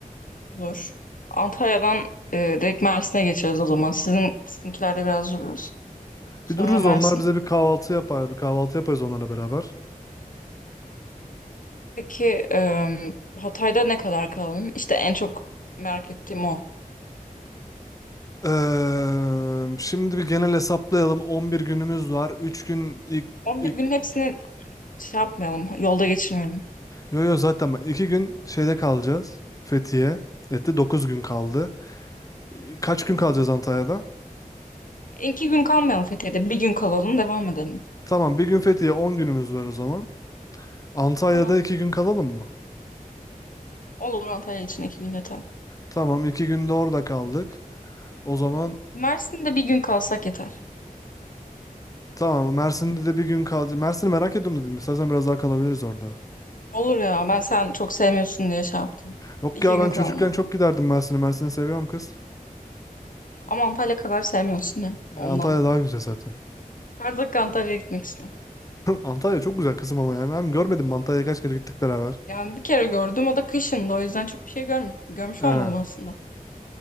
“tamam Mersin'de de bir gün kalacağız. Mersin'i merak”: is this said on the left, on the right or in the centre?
Left